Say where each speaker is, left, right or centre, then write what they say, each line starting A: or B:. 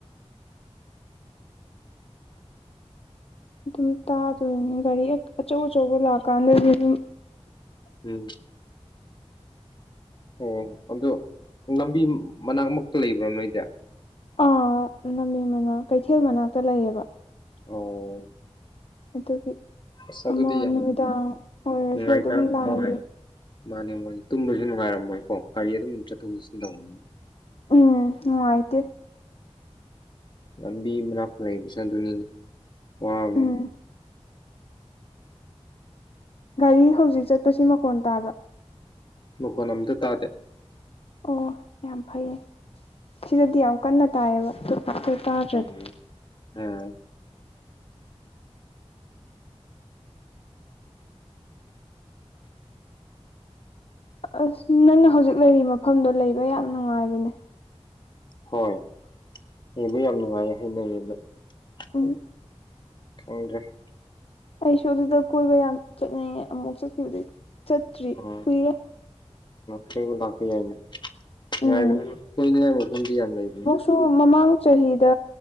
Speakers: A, on the left (about 60°); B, on the left (about 45°).
A: ꯑꯗꯨꯝ ꯇꯥꯗꯣꯏꯅꯦ ꯒꯥꯔꯤ ꯍꯦꯛ ꯑꯆꯧ ꯑꯆꯧꯕ ꯂꯥꯛꯀꯥꯟꯗꯗꯤ ꯑꯗꯨꯝ
B: ꯎꯝ ꯑꯣ ꯑꯗꯣ ꯂꯝꯕꯤ ꯃꯅꯥꯛ ꯃꯛꯇ ꯂꯩꯕ꯭ꯔꯣ ꯅꯣꯏꯗꯤ
A: ꯑꯥ ꯂꯝꯕꯤ ꯃꯅꯥꯛ ꯀꯩꯊꯦꯜ ꯃꯅꯥꯛꯇ ꯂꯩꯑꯕ
B: ꯑꯣ
A: ꯑꯗꯨꯒꯤ
B: ꯑꯁ
A: ꯑꯃ
B: ꯑꯗꯨꯗꯤ ꯌꯥꯝ
A: ꯅꯨꯃꯤꯗꯥꯡ ꯑꯣꯏꯔꯁꯨ
B: ꯅꯨꯡꯉꯥꯏꯇ
A: ꯑꯗꯨꯝ ꯂꯥꯡꯕꯤ
B: ꯍꯣꯏ ꯃꯥꯅꯦ ꯃꯥꯅꯦ ꯇꯨꯝꯕꯁꯨ ꯅꯨꯡꯉꯥꯏꯔꯝꯃꯣꯏꯀꯣ ꯒꯥꯔꯤ ꯑꯗꯨꯝ ꯆꯠꯊꯣꯛ ꯆꯠꯁꯤꯟ ꯇꯧꯕꯅꯤꯅ
A: ꯎꯝ ꯅꯨꯡꯉꯥꯏꯇꯦ
B: ꯂꯝꯕꯤ ꯃꯅꯥꯛꯇ ꯂꯩꯕꯁꯦ ꯑꯗꯨꯅꯤꯅꯦ ꯋꯕꯅꯤꯅꯦ
A: ꯎꯝ ꯒꯥꯔꯤ ꯍꯧꯖꯤꯛ ꯆꯠꯄꯁꯤ ꯃꯀꯣꯟ ꯇꯥꯕ꯭ꯔꯥ
B: ꯃꯨꯈꯣꯟ ꯑꯝꯇ ꯇꯗꯦ
A: ꯑꯣ ꯌꯥꯝ ꯐꯩꯌꯦ ꯁꯤꯗꯗꯤ ꯌꯥꯝ ꯀꯟꯅ ꯇꯥꯏꯌꯦꯕ ꯑꯗꯨ ꯇꯥꯗ꯭ꯔꯗꯤ
B: ꯎꯝ ꯑꯥ
A: ꯑꯁ ꯅꯪꯅ ꯍꯧꯖꯤꯛ ꯂꯩꯔꯤꯕꯔꯤ ꯃꯐꯝꯗꯣ ꯂꯩꯕ ꯌꯥꯝ ꯅꯨꯡꯉꯥꯏꯕꯅꯦ
B: ꯍꯣꯏ ꯌꯦꯡꯕ ꯌꯥꯝ ꯅꯨꯡꯉꯥꯏ ꯍꯥꯏꯩꯅꯔꯗ
A: ꯎꯝ
B: ꯎ <unintelligible>
A: ꯑꯩꯁꯨ ꯑꯗꯨꯗ ꯀꯣꯏꯕ ꯌꯥꯝ ꯆꯠꯅꯤꯡꯉꯦ ꯑꯃꯨꯛ ꯆꯠꯈꯤꯕꯗꯤ ꯆꯠꯇ꯭ꯔꯤ
B: ꯎꯝ
A: ꯀꯨꯏꯔꯦ
B: ꯀꯣꯏꯕ ꯂꯥꯛꯄ ꯌꯥꯏꯅꯦ
A: ꯎꯝ
B: ꯌꯥꯏꯗꯅ ꯀꯣꯏꯅꯤꯉꯥꯏ ꯃꯐꯝꯗꯤ ꯌꯥꯝ ꯂꯩꯕꯅꯦ
A: ꯇꯣ ꯃꯃꯥꯡ ꯆꯍꯤꯗ